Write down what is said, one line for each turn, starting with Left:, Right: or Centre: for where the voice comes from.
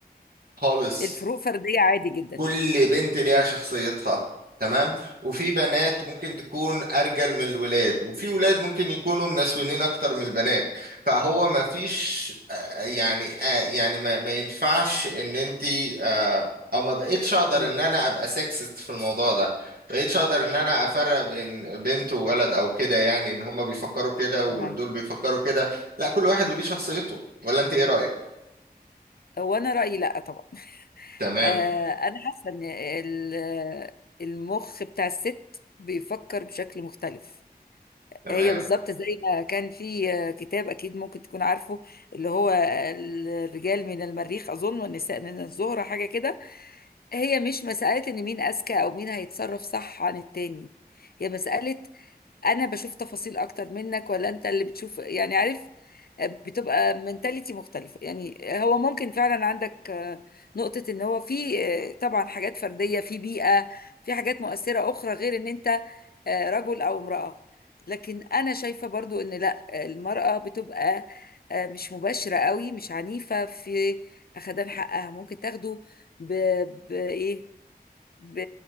Right: خالص
Left: الفروق فردية عادي جدا
Right: كل
Left: يعني
Right: بنت ليها شخصيتها تمام وفي بنات ممكن تكون ارجل من الولاد وفي ولاد ممكن يكونوا منسوينين اكتر من البنات فهو ما فيش آه، يعني آه، يعني ما, ما ينفعش ان انت آه، او ما بقيتش اقدر
Left: اه
Right: ان انا ابقى سكسست في الموضوع ده بقيتش اقدر ان انا افرق بين بنت وولد او كده يعني ان هما بيفكروا كده ودول
Left: معايا
Right: بيفكروا كده لا كل واحد وليه شخصيته ولا انت ايه رأيك
Left: هو انا رأيي لا طبعا
Right: تمام
Left: آه انا حاسة ان ال- المخ بتاع الست بيفكر بشكل مختلف
Right: تمام
Left: هي بالظبط زي ما كان في آه، كتاب اكيد ممكن تكون عارفه اللي هو الرجال من المريخ اظن والنساء من الزهرة حاجة كده هي مش مسألة ان مين اذكى او مين هيتصرف صح عن التاني هي مسألة انا بشوف تفاصيل اكتر منك ولا انت اللي بتشوف يعني عارف آه، بتبقى منتاليتي مختلفة يعني هو ممكن فعلا عندك آه، نقطة ان هو في آه، طبعا حاجات فردية في بيئة في حاجات مؤثرة اخرى غير ان انت آه، رجل او امرأة لكن انا شايفة برضو ان لا المرأة بتبقى آه، مش مباشرة قوي مش عنيفة في اخدان حقها ممكن تاخده ب... بايه ب...